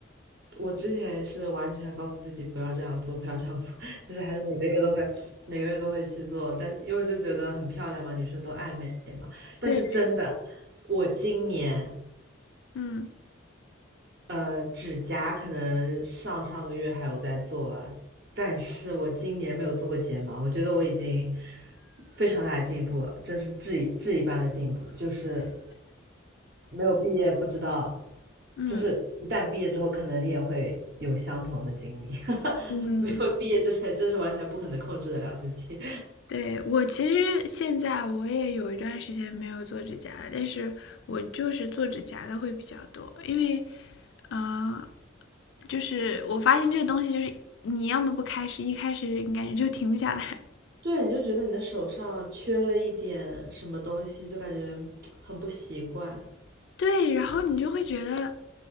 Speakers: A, on the right; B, on the left.
A: 我之前也是完全告诉自己不要这样做，不要这样做，<laughs> 但是还是每个月都会，每个月都会去做。但因为就觉得很漂亮嘛，女生都爱美嘛。但是真的，
B: 对，
A: 我今年
B: 嗯
A: 呃指甲可能上上个月还有在做了，但是我今年没有做过睫毛，我觉得我已经非常大的进步了，真是质质一般的进步。就是没有毕业不知道，
B: 嗯
A: 就是一旦毕业之后，可能你也会有相同的经历。<laughs>
B: 嗯。
A: 没有毕业之前，真是完全不可能控制得了自己。
B: 对，我其实现在我也有一段时间没有做指甲了，但是我就是做指甲的会比较多，因为，嗯、就是我发现这个东西，就是你要么不开始，一开始你感觉就停不下来，
A: <laughs> 对，你就觉得你的手上缺了一点什么东西，就感觉很不习惯。
B: <laughs> 对，然后你就会觉得